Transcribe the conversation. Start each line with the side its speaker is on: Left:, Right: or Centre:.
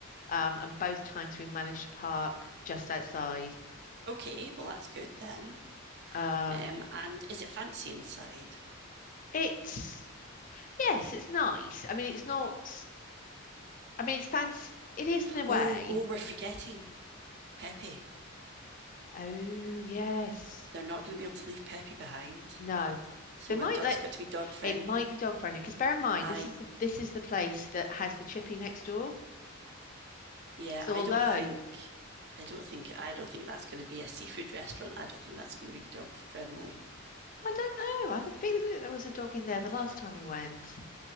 Left: um, and both times we managed to park just outside.
Right: okay well that's good then
Left: Um,
Right: Um, and is it fancy inside?
Left: it's yes, it's nice. I mean, it's not. I mean, it's fancy. It is in a way.
Right: Oh, oh, we're forgetting Pepe.
Left: Oh yes.
Right: They're not going to be able to leave Pepe behind.
Left: No.
Right: So
Left: They might
Right: a do- it's
Left: let
Right: got to be dog friendly.
Left: it might be dog friendly because bear in mind
Right: I,
Left: this is the, this is the place that has the chippy next door.
Right: yeah,
Left: So
Right: I
Left: although
Right: don't think, I don't think, I don't think that's going to be a seafood restaurant. I don't think that's going to be dog friendly.
Left: I don't know, I have a feeling that there was a dog in there the last time we went.